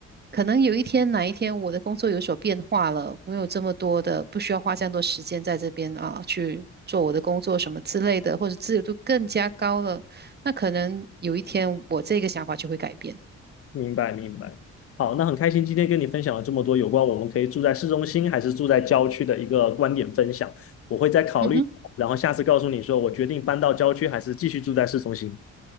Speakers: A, on the right; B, on the left.
A: 可能有一天哪一天我的工作有所变化了，没有这么多的，不需要花这样多时间在这边啊，去做我的工作什么之类的，或者自由度更加高了，那可能有一天我这个想法就会改变。
B: 明白明白。好，那很开心今天跟你分享了这么多有关我们可以住在市中心还是住在郊区的一个观点分享，我会再考虑，
A: 嗯哼，
B: 然后下次告诉你说我决定搬到郊区还是继续住在市中心。